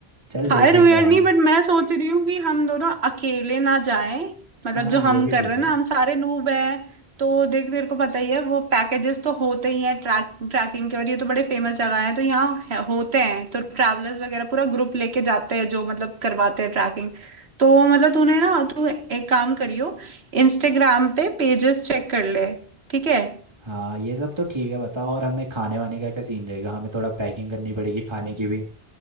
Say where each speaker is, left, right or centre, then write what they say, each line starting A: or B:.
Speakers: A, on the right; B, on the right.
A: चल देख
B: हायर
A: लेंगे
B: वेयर
A: वहाँ
B: नहीं बट मैं सोच रही हूँ कि हम दोनों अकेले ना जाएं मतलब
A: हाँ
B: जो
A: ये
B: हम
A: भी
B: कर
A: ठीक
B: रहे हैं
A: है
B: ना हम सारे नूब हैं तो देख तेरे को पता ही है वो पैकेजेस तो होते ही हैं ट्रैक ट्रैकिंग के और ये तो बड़े फेमस जगह है तो यहाँ है- होते हैं तो ट्रैवलर्स वगैरह पूरा ग्रुप लेके जाते हैं जो मतलब करवाते हैं ट्रैकिंग तो मतलब तूने ना तू एक काम करियो इंस्टाग्राम पे पेजेस चेक कर ले ठीक है
A: हाँ ये सब तो ठीक है बताओ और हमें खाने वाने का क्या सीन रहेगा हमें थोड़ा पैकिंग करनी पड़ेगी खाने की भी